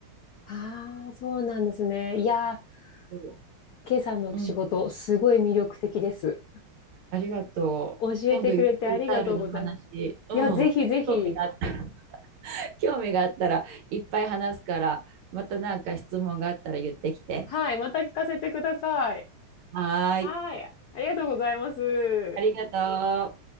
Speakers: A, on the left; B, on the right.
A: ああ、そうなんですね。いやー、
B: そ
A: ケイさんの仕事、
B: ううん、
A: すごい魅力的です。
B: ありがとう。
A: 教えてくれてありがとうございます。
B: 今度ゆっくりタイルの話、うん、
A: いや、ぜひぜひ、
B: 興味があった、<laughs> 興味があったらいっぱい話すから、またなんか質問があったら言ってきて。
A: はい、また聞かせてください。
B: はーい、
A: はい、ありがとうございます。
B: ありがとう。